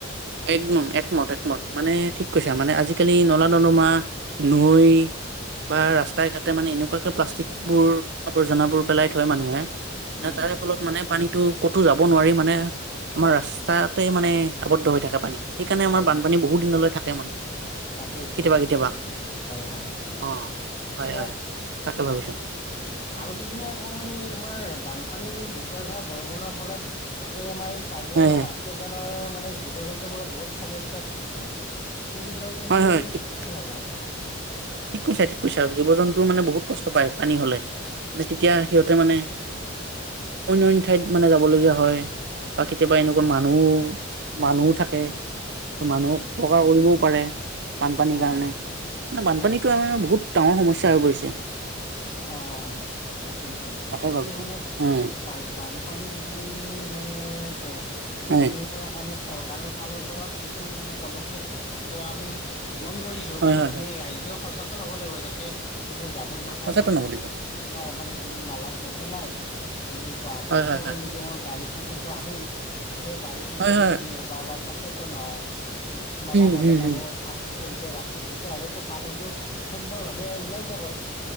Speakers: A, on the right; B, on the left.
A: একদম একমত একমত মানে ঠিক কৈছা মানে আজিকালি নলা নদমা নৈ বা ৰাস্তাই ঘাটে মানে এনেকুৱাক প্লাষ্টিক বোৰ আৰ্জনা বোৰ পেলাই থয় মানুহে
B: উম
A: তাৰে ফলত মানে পানী তো ক'তো যাব নোৱাৰি মানে আমাৰ ৰাস্তাতে মানে আৱদ্ধ হৈ থাকে লেতেৰা পানী সেইকাৰণে
B: হয়
A: আমাৰ বানপানী
B: হয়
A: বহুত দিনলৈ থাকে মানে
B: তাকেইতো
A: কেতিয়াবা
B: ঠিকেই
A: কেতিয়াবা
B: কৈছা হয় হয়
A: অ
B: এতিয়া
A: হয় হয় তাকে ভাবিছোঁ
B: আৰু যদি মই কওঁ মানে এই আমাৰ বানপানী মোকলধাৰ বৰষুণৰ ফলত আমাৰ কাজিৰঙা
A: হয় হয়
B: ৰাষ্ট্ৰীয় উদ্যানৰ মানে জীৱ জন্তুবোৰৰ বহুত সমস্যাৰ সৃষ্টি হয় সেই বিষয়ে তুমি
A: হয় হয় ঠিক কৈছা
B: কি ভাবা
A: ঠিক কৈছো ঠিক কৈছো জীৱ জন্তুৰ মানে বহুত কষ্ট পায় পানী হলে তেতিয়া সিহঁতে মানে অনয়্য ঠাইত মানে যাব লগীয়া হয় বা কেতিয়াবা এনেকুৱা
B: হয়
A: মানুহ মানুহ থাকে মানুহক উপকাৰ
B: অ',
A: কৰিবও পাৰে বানপানীৰ
B: অ', অ',
A: কাৰণে বানপানী
B: হয়
A: বহুত ডাঙৰ সমস্যাৰ হৈ পৰিছে
B: অ অ তাকেইতো আৰু
A: তাকে
B: এতিয়া
A: ভাবিছো
B: মানে
A: উম
B: বানপানী যদি আমি মানে এ
A: হয়
B: নিৰ্মূল কৰাৰ কাৰণে চৰকাৰৰ ফালৰ পৰাও কিছু কিছু পদক্ষেপ লোৱা আমি মন কৰিছো
A: হয়
B: বা
A: হয়
B: আমি
A: হয়
B: ৰাইজেক সঁচা একতা হব লাগিব যাতে এইবোৰ জাৱৰ জোথৰ কাৰ্বন
A: সচেতন হ'ব লাগিব
B: অ‌‌ মানে যদি নলাত নেপেলাই আমি গুৱাহাটী
A: হয় হয়
B: পৌৰ
A: হয়
B: নিগমৰ গাড়ী সময়তো আহেই সেই গাড়ীত যদি
A: হয়
B: আমি
A: হয়
B: দিওঁ বা অলপ সচেতন ত ন নলা
A: উম
B: নৰ্দমাবোৰ
A: হম হম
B: চাফ চিকুণ সোনকৈ ৰাখো তেতিয়াহলেতো পানীটো সুন্দৰভাৱে ওলাই যাব